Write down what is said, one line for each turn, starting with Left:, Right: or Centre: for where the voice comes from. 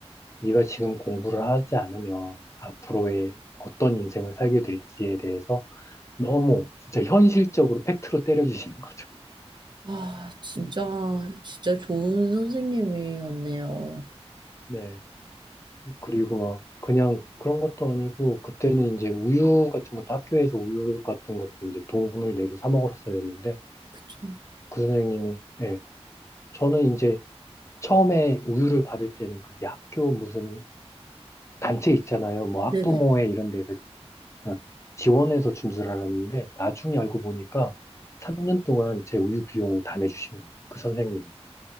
Left: 네가 지금 공부를 하지 않으면 앞으로의 어떤 인생을 살게 될지에 대해서 너무 진짜 현실적으로 팩트로 때려주시는 거죠.
Right: 아, 진짜, 진짜 좋은 선생님이었네요.
Left: 네. 그리고 막 그냥 그런 것도 아니고 그때는 이제 우유 같은 것도 학교에서 우유 같은 것도 이제 돈을 내고 사 먹었어야 했는데
Right: 그쵸.
Left: 그 선생님이, 예. 저는 이제 처음에 우유를 받을 때는 그게 학교 무슨 단체 있잖아요. 뭐
Right: 네네.
Left: 학부모회 이런 데에서 어, 지원해서 준 줄 알았는데 나중에 알고 보니까 3년 동안 제 우유 비용을 다 내주신 거예요. 그 선생님이.